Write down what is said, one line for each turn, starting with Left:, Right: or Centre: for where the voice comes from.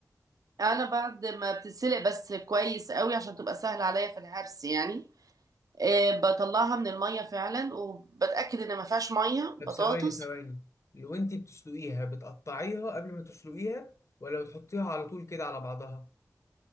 Right: انا بعد ما بتتسلق بس كويس قوي عشان تبقى سهلة عليا في الهرس يعني آه، بطلعها من المية فعلا وبتأكد ان ما فيهاش مية بطاطس
Left: طب ثواني ثواني لو انت بتسلقيها بتقطعيها قبل ما تسلقيها ولا بتحطيها على طول كده على بعضها